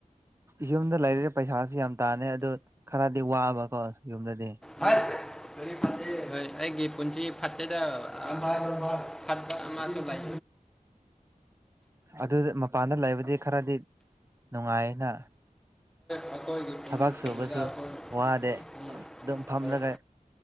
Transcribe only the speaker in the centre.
ꯍꯥꯏꯁ ꯀꯔꯤ ꯐꯠꯇꯦ ꯍꯣꯏ ꯑꯩꯒꯤ ꯄꯨꯟꯁꯤ ꯐꯠꯇꯦꯗ ꯔꯥꯏ ꯑꯣꯏ ꯍꯥꯠ ꯐꯃꯁꯨ ꯂꯥꯏ
ꯍꯈꯣꯏ ꯑꯩꯈꯣꯏ
ꯌ ꯑꯩꯈꯣꯏ
ꯎꯝ
ꯍꯣꯏ